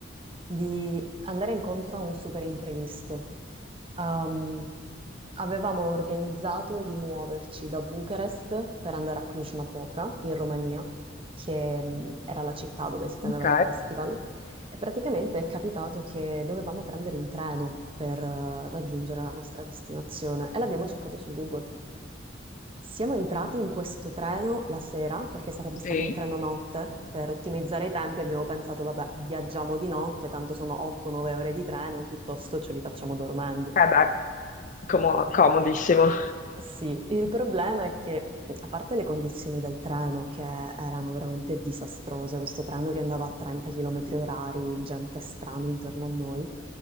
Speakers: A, on the right; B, on the left.
A: di andare incontro a un super imprevisto. Ehm, avevamo organizzato di muoverci da Bucarest per andare a Cluj-Napoca, in Romania, che mh, era la città dove si teneva
B: Ok,
A: il festival, e praticamente è capitato che dovevamo prendere un treno per eh, raggiungere la nostra destinazione e l'abbiamo cercato su Google. Siamo entrati in questo treno la sera perché sarebbe stato
B: sì.
A: un treno notte. Per ottimizzare i tempi abbiamo pensato, vabbè, viaggiamo di notte, tanto sono 8-9 ore di treno, piuttosto ce li facciamo dormendo.
B: Eh beh, como- comodissimo.
A: Sì, il problema è che, a parte le condizioni del treno che erano veramente disastrose, questo treno che andava a 30 km orari, gente strana intorno a noi,